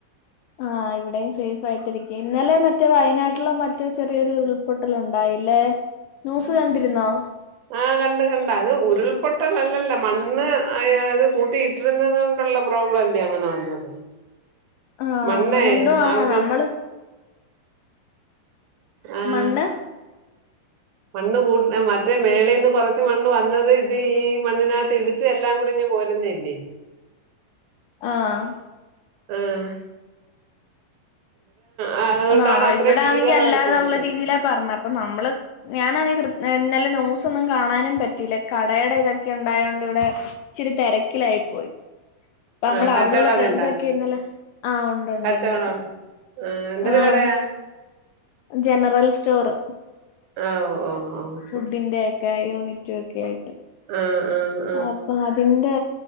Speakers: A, on the left (about 80°); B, on the right (about 75°).
A: ആഹ് ഇവിടെയും സേഫ് ആയിട്ടിരിക്കയാ ഇന്നലെ മറ്റേ വയനാട്ടിലോ മറ്റോ ചെറിയൊരു ഉൾപൊട്ടല് ഉണ്ടായില്ലേ? ന്യൂസ് കണ്ടിരുന്നോ
B: ആ കണ്ട് കണ്ട് അത് ഉരുൾപൊട്ടല്ലല്ലേ മണ്ണ് അത് കൂട്ടി ഇരുന്നത് കൊണ്ടുള്ള പ്രോബ്ലം അല്ലേ അങ്ങനെ വന്നത്
A: ആഹ്
B: മണ്ണേ
A: അങ്ങനെ എന്തോ ആണ്
B: അവര്
A: നമ്മള്
B: ആഹ്
A: മണ്ണ്
B: മണ്ണ് കൂടു മറ്റേ മേളിന്ന് കുറച്ച് മണ്ണ് വന്നത് ത് ഈ മണ്ണിനകത്ത് ഇടിച്ച എല്ലാം കൂടി ഇഞ് പോരുന്നല്ലേ
A: ആഹ്
B: ഉം ആ, അതുകൊണ്ടാണ്
A: അതാ
B: അത്രയും
A: ഇവിടാണെങ്കി
B: ഭീകരമായിട്ട്
A: അല്ലാതുള്ള
B: വന്നത്
A: രീതിയിലാ പറഞ്ഞ അപ്പൊ നമ്മള് ഞാനാണേ ക്രി ഇന്നല ന്യൂസ് ഒന്നും കാണാനും പറ്റിയില്ല കടയുടെ ഇതൊക്കെ ഉണ്ടായതോണ്ട് ഇവിടെ ഇച്ചിരി തിരക്കിലായി പോയി അപ്പ നമ്മടെ
B: ആ കച്ചവടൊക്കെ
A: അവിടെള്ള ഫ്രണ്ട്സ്
B: ഒണ്ടാ
A: ഒക്കെ ഇന്നലെ ആഹ് ഉണ്ട് ഉണ്ട്
B: കച്ചവടംണ്ട
A: ഉണ്ട്
B: ആ എന്തര്
A: ആഹ്
B: കടയാ
A: ജനറൽ സ്റ്റോറ്
B: ആഹ് ഓ ഓ ഓ
A: ഫുഡിന്റെ ഒക്കെ യൂണിറ്റും ഒക്കെ ആയിട്ട്
B: ആഹ് ആഹ്
A: അപ്പൊ അതിന്റെ